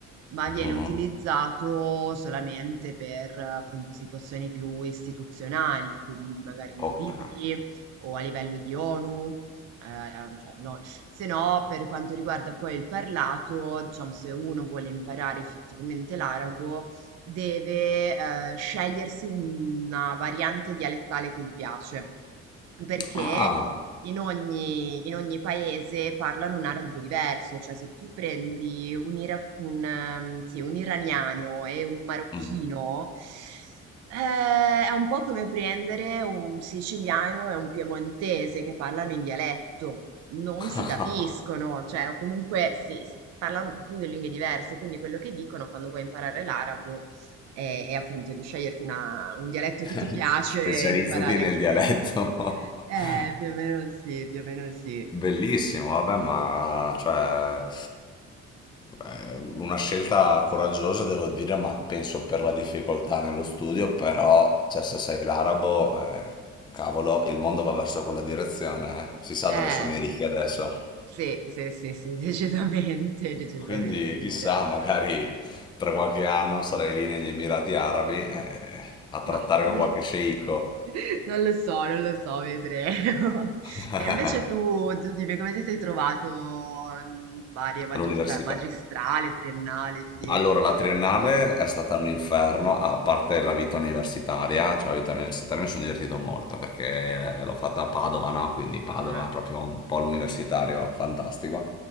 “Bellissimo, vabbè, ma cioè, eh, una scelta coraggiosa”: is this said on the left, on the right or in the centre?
Left